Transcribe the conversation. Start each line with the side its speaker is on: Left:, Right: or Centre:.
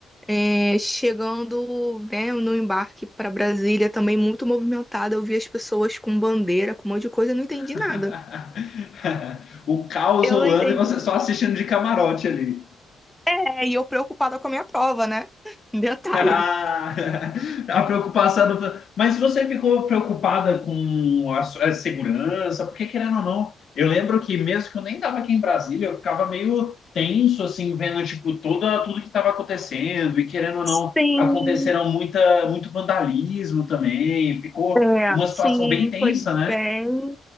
Centre: É, chegando, né, no embarque para Brasília, também muito movimentado. Eu vi as pessoas com bandeira, com um monte de coisa, eu não entendi
Left: <laughs>
Centre: nada.
Left: O caos
Centre: Eu
Left: rolando
Centre: não entendi.
Left: e você só assistindo de camarote ali.
Centre: É, e eu preocupada com a minha prova, né? <laughs> Detalhe.
Left: <laughs> A preocupação do... Mas você ficou preocupada com a, su- a segurança, porque querendo ou não, eu lembro que mesmo que eu nem estava aqui em Brasília, eu ficava meio tenso, assim, vendo, tipo, toda, tudo que estava acontecendo, e querendo ou não,
Centre: Sim,
Left: aconteceram muita, muito vandalismo também, ficou
Centre: é,
Left: uma
Centre: sim,
Left: situação bem tensa,
Centre: foi
Left: né?
Centre: bem